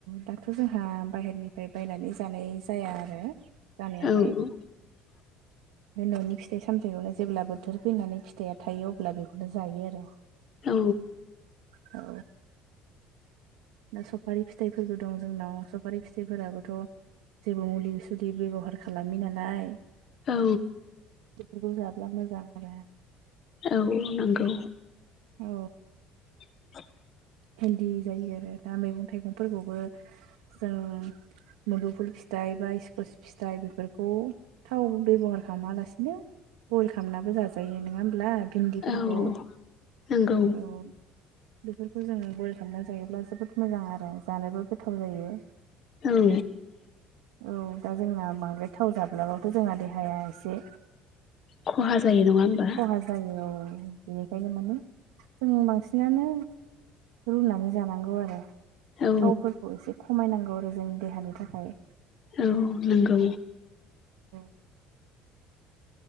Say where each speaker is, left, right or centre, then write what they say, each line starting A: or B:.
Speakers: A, on the right (about 75°); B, on the left (about 50°).
A: दाथ' जोंहा बाहेरनिफ्राय बायनानै जानाय जाया आरो। जानायालाय।
B: औ <inaudible>
A: बे न'नि फिथाइ सामथायाइखौनो जेब्ला बोथोर फैनानै फिथाइया थायो अब्ला बेखौनो जायो आरो।
B: औ।
A: औ। दा सफारि फिथाइफोरबो दं जोंनाव सफारि फिथाइफोराबोथ' जेबो मुलि सुलि बेब'हार खालामि नालाय।
B: औ।
A: बेफोरखौ जाब्ला मोजां आरो।
B: औ नंगौ।
A: औ।
B: <inaudible>
A: भिन्दि जायो आरो दा मैगं थाइगंफोरखौबो जों मुदुफुल फि दाइ बा स्कस फिथाइ बेफोरखौ थाव बेब'हार खालामालासिनो बयल खालामनाबो जाजायो नोङा होमब्ला भिन्दिफोरखौ
B: औ नंगौ
A: औ बेफोर जों बयल खालामना जायोब्ला जोबोद मोजां आरो जानोबो गोथाव जायो।
B: औ
A: औ दा जोंना बांद्राय थाव जाब्लाबाब दा जोंना देहाया एसे
B: खहा जायो नङा होमबा
A: खहा जायो औ। बेनिखायनो माने जों बांसिनानो रुनानै जानांगौ आरो।
B: औ
A: थावफोरखौ एसे खमायनांगौ आरो जों देहानि थाखाय।
B: औ नोंगौ।
A: औ।